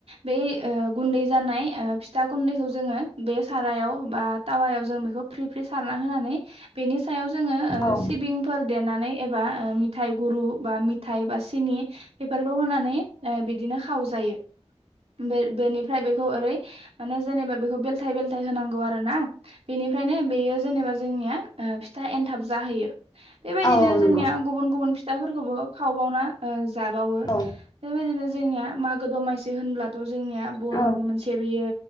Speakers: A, on the right (about 65°); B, on the left (about 40°).
A: बै ओ गुन्दै जानाय ओ फिथा गुन्दैखौ जोङो बे सारायाव बा टावायाव जों बेखौ फ्रि फ्रि सारना होनानै बेनि सायाव जोङो ओ
B: औ
A: सिबिंफोर देनानै एबा ओ मि थाय गुरु बा मिथाय बा सिनि बेफोरखौ होनानै ओ बिदिनो खाव जायो। बे-बेनिफ्राय बेखौ ओरै माने जेनेबा बेखौ बेलथाय बेल थाय होनांगौ आरो ना बेनिफ्रायनो बेयो जेनेबा जोंनिया ओ फिथा एनथाब जाहैयो। बेबायदिनो
B: औ नंगौ
A: जोंनिया गुबुन गुबुन फिथाफोरखौबो खावबावना जाबावो
B: औ
A: बेबायदिनो जोंनिया मागो दमासि होनब्लाथ' जोंनिया बर'नि
B: औ
A: मोनसे बेयो